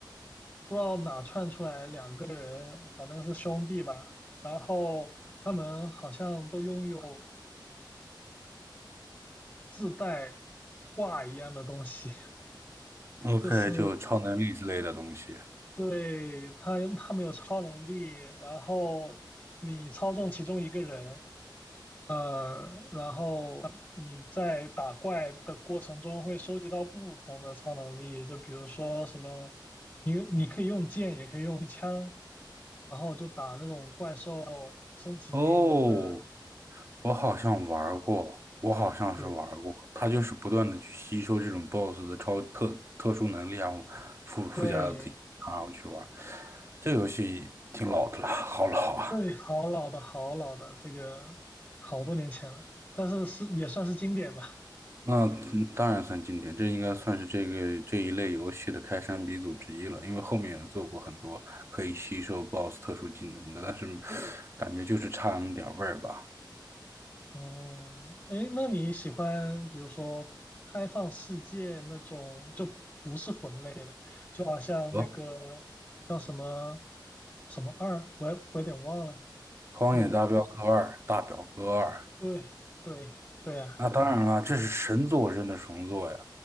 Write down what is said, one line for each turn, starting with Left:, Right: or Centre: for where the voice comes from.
Left: 不知道哪窜出来两个人，反正是兄弟吧。然后他们好像都拥有自带挂一样的东西，
Right: ，OK，
Left: <laughs> 就是
Right: 就超能力之类的东西。
Left: 对他他们有超能力，然后你操纵其中一个人，呃，然后你在打怪的过程中会收集到不同的超能力，就比如说什么，你你可以用剑，也可以用枪，然后就打那种怪兽，升级你的，
Right: 哦，我好像玩儿过，我好像是玩儿过。
Left: 对
Right: 他就是不断的去吸收这种 BOSS 的超特特殊能力啊，然后附附加到自己身上，
Left: 对
Right: 然后去玩儿这游戏挺老的了，好老啊！
Left: 对，好老的好老的，这个好多年前了，但是是也算是经典吧。
Right: 那嗯当然算经典，这应该算是这个这一类游戏的开山鼻祖之一了。因为后面也做过很多可以吸收 BOSS 特殊技能的，但是感觉就是差那么点儿味儿吧。
Left: 哦，诶，那你喜欢比如说开放世界那种，就不是魂类的，就好像那个叫什么
Right: 呃，
Left: 什么二，我也我有点忘了。
Right: 《荒野大镖客二》大表哥二》。
Left: 有，对对对啊，
Right: 那当然了，这是神作，真的神作呀，